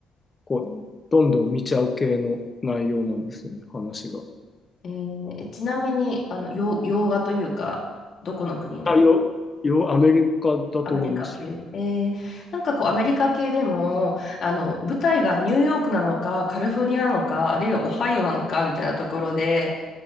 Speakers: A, on the left; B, on the left.
A: こう、どんどん見ちゃう系の内容なんですよね、話が。
B: えーえちなみに、あの、洋、洋画というか、どこの国の
A: あ、よ、よ、アメリカだと思います。
B: アメリカ系。えーなんかこう、アメリカ系でも、あの、舞台がニューヨークなのか、カリフォルニアなのか、あるいはオハイオなのか、みたいなところで、